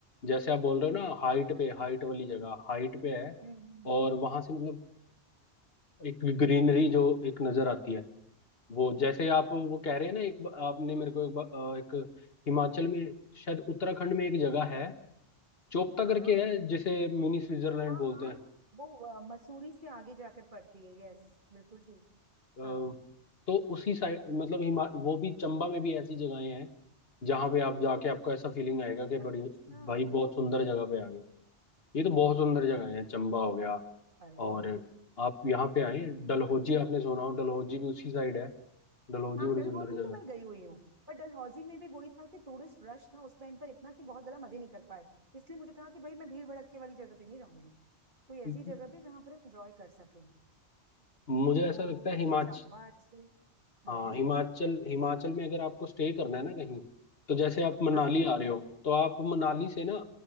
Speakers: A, on the left; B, on the right.
A: जैसे आप बोल रहे हो ना हाइट पे हाइट वाली जगह हाइट पे है
B: हम्म
A: और वहां से मतलब एक ग्रीनरी जो एक नजर आती है वो जैसे आप
B: हम्म।
A: वो कह रहे हैं ना एक ब- आपने मेरे को एक, ब- अ, एक हिमाचल में शायद उत्तराखंड में एक जगह है चोपता
B: हाँ
A: करके है जिसे मिनी स्विट्जरलैंड
B: हाँ
A: बोलते
B: हाँ
A: हैं
B: वो अ, मसूरी से आगे जाकर पड़ती है यस बिल्कुल ठीक
A: अ,
B: हाँ
A: तो उसी साइड मतलब हिमा वो भी चंबा में भी ऐसी जगहें हैं जहाँ पे आप जाके आपको ऐसा फीलिंग आएगा कि
B: अच्छा
A: बड़ी भाई बहुत सुंदर जगह पे आ गए ये तो बहुत सुंदर जगह है चंबा हो गया
B: अरे
A: और आप यहाँ पे आए डलहौजी
B: अच्छा
A: आपने सुना हो डलहौजी भी उसी साइड है डलहौजी
B: हाँ
A: बड़ी
B: डलहौजी
A: सुंदर जगह
B: तो मैं गई हुई हूँ पर डलहौजी में भी वही था कि टूरिस्ट रश था उस टाइम पर इतना कि बहुत ज्यादा मजे नहीं कर पाए इसलिए मुझे था कि भाई मैं भीड़ भड़क के वाली जगह पे नहीं जाऊंगी कोई ऐसी
A: है
B: जगह पे जहाँ पर हम एंजॉय कर सकें
A: मुझे
B: तो
A: ऐसा लगता है
B: ये
A: हिमाचल
B: चंबा अच्छी हम्म
A: हाँ हिमाचल हिमाचल में अगर आपको स्टे करना है ना कहीं तो जैसे आप मनाली
B: हाँ
A: आ रहे हो तो आप मनाली से
B: ओके
A: ना